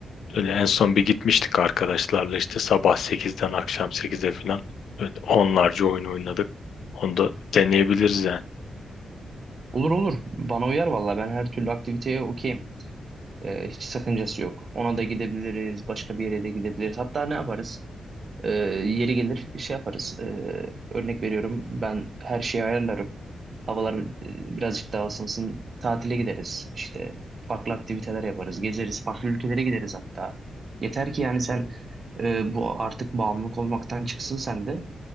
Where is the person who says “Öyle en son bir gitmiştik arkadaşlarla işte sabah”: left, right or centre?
Left